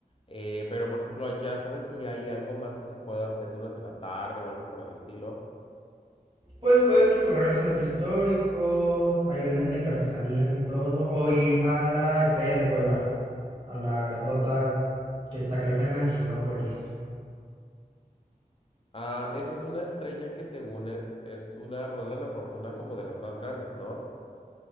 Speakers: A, on the left; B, on the right.
A: Eh, pero, por ejemplo, allá, ¿sabes si hay algo más que se pueda hacer durante la tarde o algo por el estilo?
B: Pues puedes recorrer el centro histórico. Ahí venden de que artesanías y todo. O ir a la Estrella de Puebla. A la grandota que está creo que en Angelópolis.
A: Ah, esa es una estrella que según es, es una rueda de la fortuna como de las más grandes, ¿no?